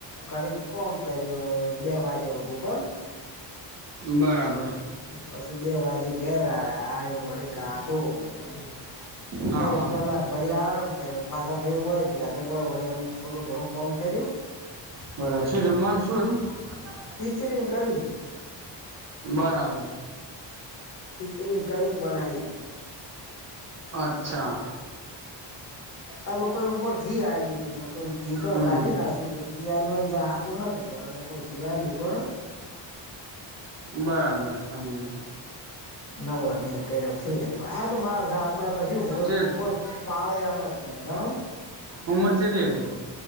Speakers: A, on the left; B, on the right.
A: ઘડી કોમ કર્યો બે વાગ્યા સુધી કોણ.
B: બરાબર.
A: પછી બે વાજે ઘેર આ આને વળી કાધુ ને. ખાઈને
B: હા હા
A: કલાક ભરી આરામ કરીને પાછા ફેર હોય ગયા તો હોય વળી અમક થોડું ઘણું કોમ કર્યું.
B: બરાબર શું જમવાનું શું હતું? હ <unintelligible>
A: ખીચડી કડી.
B: બરાબર.
A: ખીચડી ને કડી બનાઈ હતી.
B: અચ્છા.
A: આલું કઈ ઉપર ઘી આલ્યું હતું કે ઘી તો
B: હમ
A: કાઢી
B: હમ
A: નાયું ત. ઘી હલવા હાટું નાતું પણ લોકો ઘીયાલ્યું ઘણ.
B: બરાબર સમજી.
A: નવો નહી કર્યો ફેર આ તો મારો આપડે તો શું
B: છે
A: કોઈ પાળે એમ જ નહી ગણ.
B: ઉમર છેટલી હતી?